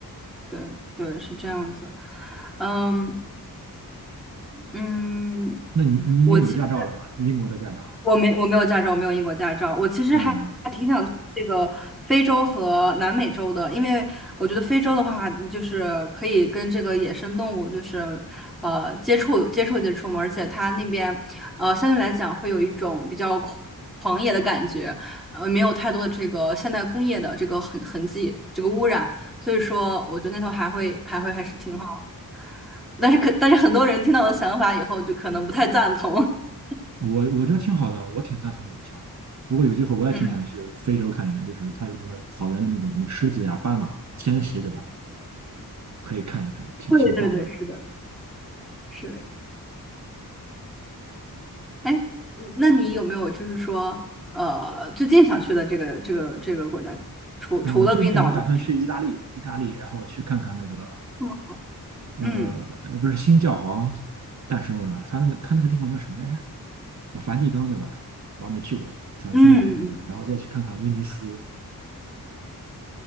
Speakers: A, in the centre; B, on the right.
A: 对对，是这样子。嗯嗯，
B: 那你你已经有驾照了吗？
A: 我其实
B: 英国的驾照
A: 我没我没有驾照，我没有英国驾照。我其实还还挺想去这个非洲和南美洲的，
B: 没有啊？
A: 因为我觉得非洲的话，就是可以跟这个野生动物就是呃接触接触接触嘛，而且它那边呃相对来讲会有一种比较狂狂野的感觉，呃没有太多的这个现代工业的这个痕痕迹，这个污染，所以说我觉得那头还会还会还是挺好。但是可但是很多人听到我的想法以后，就可能不太赞同。<laughs>
B: 我我觉得挺好的，我挺赞同你的想法。如果有机会，我也挺想去非洲看一看，
A: 嗯，
B: 就是它有那个草原的那个什么狮子呀、斑马迁徙，对吧？可以看一看，挺挺棒的。
A: 对对对，是的，是。哎，那你有没有就是说，呃，最近想去的这个这个这个国家，除除了冰岛，
B: 然后我最近我打算去意大利，
A: 比
B: 意大利，然后我去看看那个
A: 嗯
B: 呃，
A: 嗯
B: 不是新教皇诞生了，他那个他那个地方叫什么来着？啊梵蒂冈对吧？我还没去过，想去那边看看，
A: 嗯，
B: 然后再去看看威尼斯。